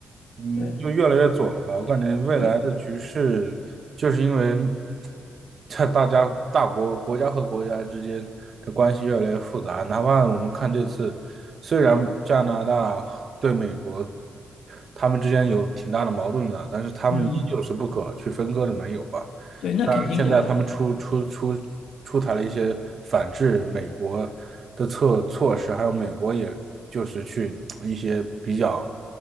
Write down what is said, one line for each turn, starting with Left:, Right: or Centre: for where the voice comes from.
Right: 嗯，
Left: 对
Right: 就越来越左了吧？我感觉未来的局势就是因为
Left: 对，
Right: 在大家大国国家和国家之间的关系越来越复杂。哪怕我们看这次，虽然加拿大对美国他们之间有挺大的矛盾的，但是他们依旧是不可去分割的盟友吧？
Left: 嗯，对，那肯定的。
Right: 现在他们出出出出台了一些反制美国的措措施，还有美国也就是去一些比较